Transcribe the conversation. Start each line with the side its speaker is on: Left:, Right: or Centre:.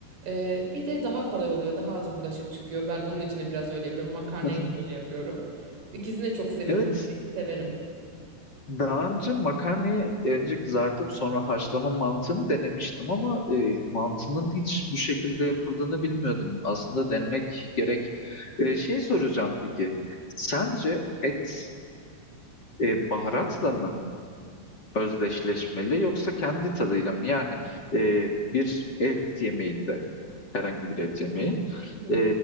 Right: E, bir de daha kolay oluyor. Daha az bulaşık çıkıyor. Ben onun için de biraz öyle yapıyorum. Makarnayı
Left: <laughs>
Right: da öyle yapıyorum. İkisini de çok seviyorum.
Left: Evet.
Right: Hafif severim.
Left: Daha önce makarnayı önce kızartıp sonra haşlama mantığını denemiştim ama e, mantının hiç bu şekilde yapıldığını bilmiyordum. Aslında denemek gerek. E, şey soracağım peki. Sence et e, baharatla mı özdeşleşmeli yoksa kendi tadıyla mı? Yani e, bir et yemeğinde herhangi bir et yemeği
Right: Hı hı.
Left: e,